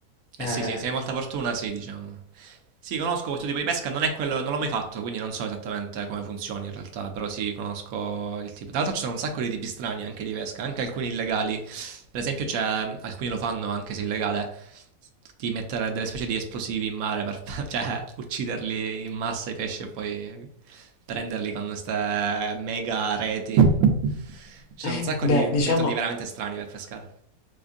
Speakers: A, on the left; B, on the right.
A: eh.
B: Eh sì, sì, se hai molta fortuna, sì, diciamo. Sì, conosco questo tipo di pesca, non è quello, non l'ho mai fatto, quindi non so esattamente come funzioni in realtà, però sì, conosco il tipo. Tra l'altro ci sono un sacco di tipi strani anche di pesca, anche alcuni illegali. Per esempio c'è, alcuni lo fanno anche se illegale, di mettere delle specie di esplosivi in mare per, <laughs> cioè, ucciderli in massa i pesci e poi prenderli con queste mega reti. Ci sono
A: Eh,
B: un sacco
A: beh,
B: di metodi
A: diciamo,
B: veramente strani per pescare.